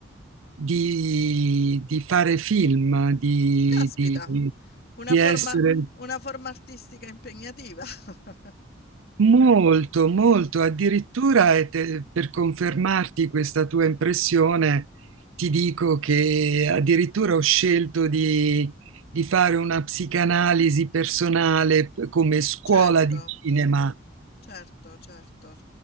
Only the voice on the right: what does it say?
di- di fare film, di,
di-
di
essere
Molto, molto, addirittura e te- per confermarti questa tua impressione, ti dico che addirittura ho scelto di, di fare una psicanalisi personale p- come scuola
di cinema.